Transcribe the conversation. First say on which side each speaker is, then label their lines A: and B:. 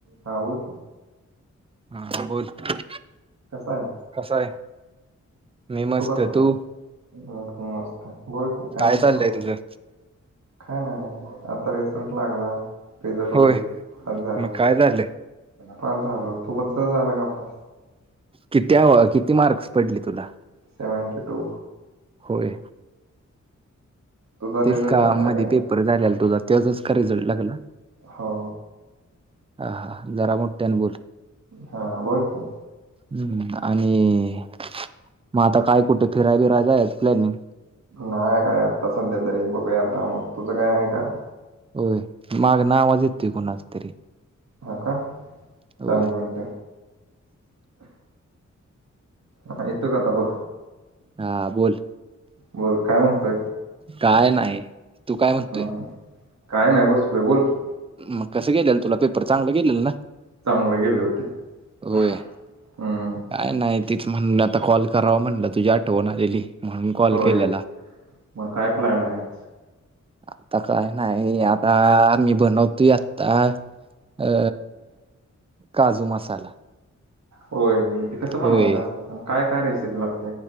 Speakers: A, on the right; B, on the right.
A: हा बोल की.
B: हा बोल की,
A: कसा आहे
B: कसा आहे. मी मस्त
A: तो कासा
B: तू
A: आहे. हा कुणस्थोक, बोल की काय म्हणतो
B: काय चाललंय तुझं?
A: काय नाही, आता रिसॉर्ट लागला, रिसॉर्ट
B: होय
A: बघितला, पास झालो.
B: मग काय झालंय
A: पाच झालो, फुकटच झाला का पास.
B: किती आव, किती मार्क्स पडली तुला.
A: Seventy two.
B: होय
A: तुझा
B: तेच
A: रिझल्ट
B: का,
A: लागला
B: मध्ये
A: नाही
B: पेपर झालेला तुझा, त्याचाच का रिझल्ट लागला.
A: हो
B: हा-हा, जरा मोठ त्यांन बोल.
A: हा बोलतो.
B: हम्म आणि मग आता काय कुठे फिराय बिरायच प्लॅनिंग.
A: नाही काय आत्ता सध्या तरी, बघूया आता, मग तुझं काय आहे का?
B: होय, माग आवाज येतुय कोणाचा तरी.
A: हा का,
B: होय
A: सामग म्हणट. ह येतो का आता बघ
B: हा बोल
A: बोल काय म्हणतोय
B: काय नाही तू काय म्हणतोय
A: हम्म, हम्म. काय नाही बसोय बोल की
B: मग कसं गेलेल तुला पेपर चांगलं गेलेल ना
A: चांगले गेले होते
B: होय
A: हम्म
B: काय नाही तीच म्हणून आता कॉल करावा म्हणलं तुझी आठवण आलेली म्हणून कॉल
A: होय
B: केलेला
A: मग काय प्लॅन आहे आज
B: आता काय नाही आता मी बनवतोय आत्ता अ काजू मसाला
A: होय ती कसं बनवायच
B: होय
A: असतं काय, काय रेसिपी लाग